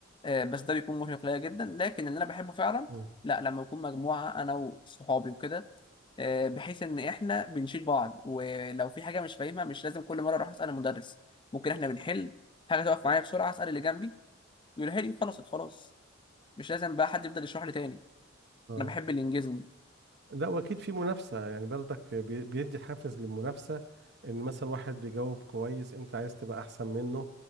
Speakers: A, on the left (about 25°); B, on the right (about 55°).
A: آه، بس ده بيكون مرهق ليا جدا لكن اللي انا بحبه فعلا
B: مم.
A: لا لما يكون مجموعه انا وصحابي وكده آه، بحيث ان احنا بنشيل بعض ولو في حاجه مش فاهمها مش لازم كل مره اروح اسال المدرس ممكن احنا بنحل حاجه تقف معايا بسرعه اسال اللي جنبي يقولها لي خلاص خلاص مش لازم بقى حد يفضل يشرح لي تاني
B: اه
A: انا بحب اللي ينجزني
B: لا واكيد في منافسه يعني برضك بي- بيدي حافز للمنافسه ان مثلا واحد بيجاوب كويس انت عايز تبقى احسن منه